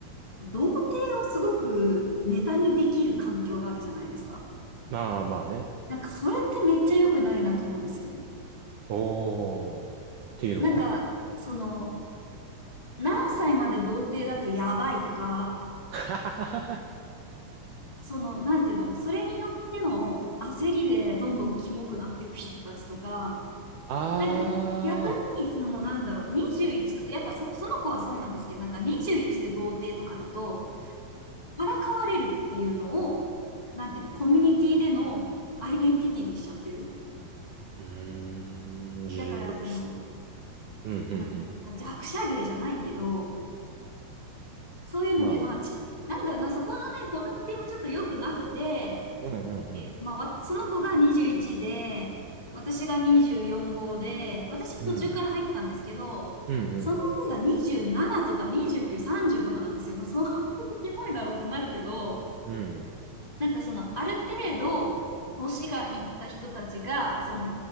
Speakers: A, on the left; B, on the right.
A: 童貞をすごくネタにできる環境があるじゃないですか。
B: まあまあね。
A: なんかそれってめっちゃ良くないなと思うんですよね。
B: おー。っていうのは
A: なんか、その、何歳まで童貞だとやばいとか、
B: <laughs>
A: その、なんていうの、それによっての焦りでどんどんキモくなっていく人たちとか、
B: あー。
A: なんか逆に、その、なんだろう、21と、やっぱそ、その子はそうなんですけど、なんか21で童貞とかだと、からかわれるっていうのを、なんていうの、コミュニティでのアイデンティティにしちゃってる。
B: うーん、じゅ、
A: だから、その、
B: うん、うん、うん、
A: なんていうのまあ弱者芸じゃないけど、
B: うん。
A: そういうので、
B: まあ、
A: まあ、ち、なんだろうな、そこのね、コミュニティもちょっと良くなくて、
B: うん、うん、うん。
A: えっと、まあ、わその子が21で、私が24号で、私は途中から入ったんですけど、
B: うん、うん、う
A: その上が27とか29、
B: ん、
A: 30とかなんですよ。まあ、そう、キモいだろうってなるけど、
B: うん。うん。
A: なんかその、ある程度、年がいった人たちが、その、